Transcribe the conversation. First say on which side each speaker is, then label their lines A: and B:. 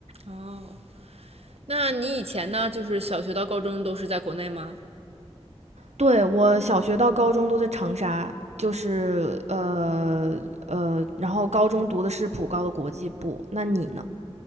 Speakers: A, on the right; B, on the right.
A: 哦，那你以前呢，就是小学到高中都是在国内吗？
B: 对我小学到高中都在长沙，就是呃呃，然后高中读的是普高的国际部。那你呢？